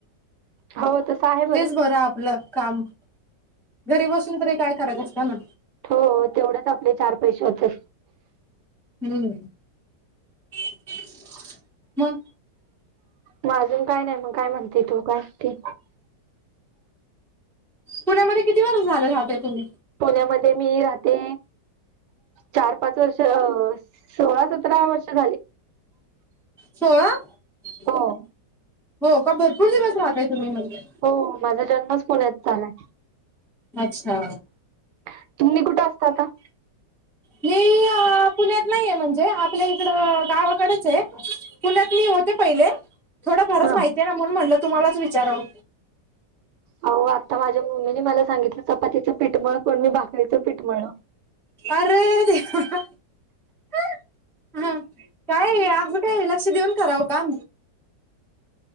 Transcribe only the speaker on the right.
हो तस आहे.
हो तेवढंच आपले चार पैसे होत.
मग अजून काय नाही मग काय म्हणते, तो काय ते.
पुण्यामध्ये मी राहते चार पाच वर्ष अ सोळा सतरा वर्ष झाले.
हो
हो माझा जन्मच पुण्यात चालाय
<inaudible> तुमही कुठे असत आता?
हा
होह आता माझ्या मम्मीनी मला सांगितलं चपातीचं पीठमळ कोण मी भाकरीचं पीठ म्हळ